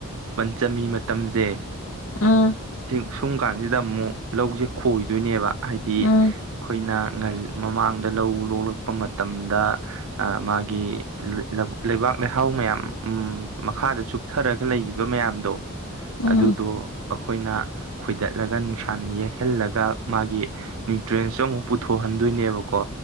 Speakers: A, on the right; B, on the left.
A: ꯄꯟꯆꯝꯃꯤ ꯃꯇꯝꯖꯦ
B: ꯑꯥ
A: ꯊꯤꯡ ꯁꯨꯝ ꯀꯥꯟꯁꯤꯗ ꯑꯃꯨꯛ ꯂꯧꯖꯦ ꯈꯣꯏꯗꯣꯏꯅꯦꯕ ꯍꯥꯏꯗꯤ
B: ꯎꯝ
A: ꯑꯩꯈꯣꯏꯅ ꯉꯜ ꯃꯃꯥꯡꯗ ꯂꯧ ꯂꯣꯛꯂꯛꯄ ꯃꯇꯝꯗ ꯑ ꯃꯥꯒꯤ ꯂꯤ ꯂ ꯂꯝ ꯂꯩꯕꯥꯛ ꯂꯩꯍꯥꯎ ꯃꯌꯥꯝ ꯎꯝ ꯃꯈꯥꯗ ꯆꯨꯞ ꯆꯊꯔꯒ ꯂꯩꯒꯤꯕ ꯃꯌꯥꯝꯗꯣ
B: ꯎꯝ
A: ꯑꯗꯨꯗꯣ ꯑꯩꯈꯣꯏꯅ ꯈꯣꯏꯗꯠꯂꯒ ꯅꯨꯡꯁꯥꯅ ꯌꯦꯛꯍꯜꯂꯒ ꯃꯥꯒꯤ ꯅ꯭ꯌꯨꯇ꯭ꯔꯦꯟꯁꯨ ꯑꯃꯨꯛ ꯄꯨꯊꯣꯛꯍꯟꯗꯣꯏꯅꯦꯕꯀꯣ